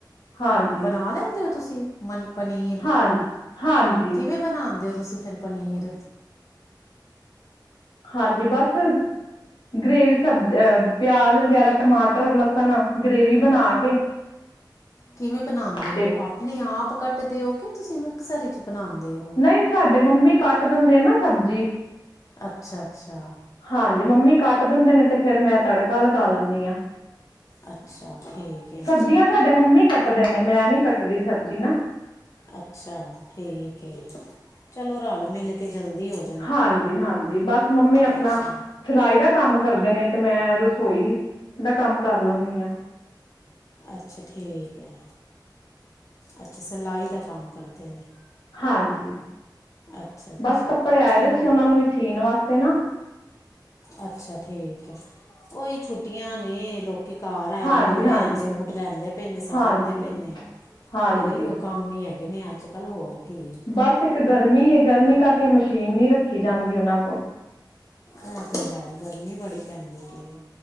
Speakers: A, on the left; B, on the left.
A: ਹਾਂਜੀ
B: ਬਣਾ ਲੈਂਦੇ ਹੋ, ਤੁਸੀਂ ਮਨ ਪਨੀਰ,
A: ਹਾਂ ਹਾਂਜੀ
B: ਕਿਵੇਂ? ਬਣਾਂਦੇ ਹੋ ਤੁਸੀਂ ਫਿਰ ਪਨੀਰ
A: ਹਾਂਜੀ ਬਸ ਗਰੇੇਵੀ ਸਬਜ਼ ਪਿਆਜ ਵਗੈਰਾ ਟਮਾਟਰ ਲਸਣ ਗਰੇੇਵੀ ਬਣਾ ਕੇ
B: ਕਿਵੇਂ ਬਣਾਦੇ ਹੋ
A: ਤੇ
B: ਆਪਣੇ ਆਪ ਕੱਟਦੇ ਹੋ ਕਿ ਤੁਸੀਂ ਮਿਕਸਰ 'ਚ ਬਣਾਂਦੇ ਹੋ।
A: ਨਹੀਂ ਸਾਡੇ ਮੰਮੀ ਕੱਟ ਦਿੰਦੇ ਆ ਨਾ ਸਬਜ਼ੀ
B: ਅੱਛਾ-ਅੱਛਾ
A: ਹਾਂਜੀ ਮੰਮੀ ਕੱਟ ਦਿੰਦੇ ਨੇ ਤੇ ਫਿਰ ਮੈਂ ਤੜਕਾ ਲਗਾ ਲੈਂਦੀ ਹਾਂ।
B: ਅੱਛਾ ਠੀਕ ਹੈ
A: ਸਬਜ਼ੀਆਂ ਸਾਡੇ ਮੰਮੀ ਕੱਟਦੇ ਨੇ ਮੈਂ ਨੀ ਕੱਟਦੀ ਸਬਜ਼ੀ ਨਾ।
B: ਅੱਛਾ ਠੀਕ ਹੈ ਚਲੋ ਰਲ ਮਿਲ ਕੇ ਜਲਦੀ ਹੋ ਜਾ
A: ਹਾਂਜੀ-ਹਾਂਜੀ ਬਸ ਮੰਮੀ ਆਪਣਾ
B: ਅੱਛਾ
A: ਸਿਲਾਈ ਦਾ ਕੰਮ ਕਰਦੇ ਨੇ ਤੇ ਮੈਂ ਰਸੋਈ ਦਾ ਕੰਮ ਕਰ ਲੈਂਣੀ ਹਾਂ।
B: ਅੱਛਾ ਠੀਕ ਹੈ ਅੱਛਾ ਸਿਲਾਈ ਦਾ ਕੰਮ ਕਰਦੇ ਨੇ।
A: ਹਾਂਜੀ
B: ਅੱਛਾ ਅੱਛਾ
A: ਬਸ ਕੱਪੜੇ ਆਏ
B: ਚਲੋ
A: ਦੇ ਸੀ ਉਹਨਾਂ ਨੂੰ ਵੀ ਸੀਣ ਵਾਸਤੇ ਨਾ
B: ਅੱਛਾ ਠੀਕ ਹੈ ਉਹੀ ਛੁੱਟੀਆਂ ਨੇ ਲੋਕ ਕਿ ਘਰ ਆਏ
A: ਹਾਂਜੀ
B: ਦਿ ਨੇ ਰਹਿਣ
A: ਹਾਂਜੀ
B: ਸੂਟ ਲੈਂਦੇ ਪੈ ਨੇ ਸਵਾਂਦੇ
A: ਹਾਂਜੀ
B: ਪਏ ਨੇ
A: ਹਾਂਜੀ
B: ਫਿਰ ਇਹੀਓ ਕ ਕੰਮ ਹੀ ਹੈਗੇ ਨੇ ਅੱਜ ਕੱਲ੍ਹ ਹੋਰ ਕੀ ਹੈ।
A: ਬਸ ਇੱਕ ਗਰਮੀ ਹੈ ਗਰਮੀ ਕਰਕੇ ਮਸ਼ੀਨ ਨਹੀਂ ਰੱਖੀ ਜਾਂਦੀ ਉਹਨਾਂ ਕੋਲ
B: ਇਹ ਤੇ ਹੈ ਗਰਮੀ ਬੜੀ ਪੈਂਦੀ ਪਈ ਏ।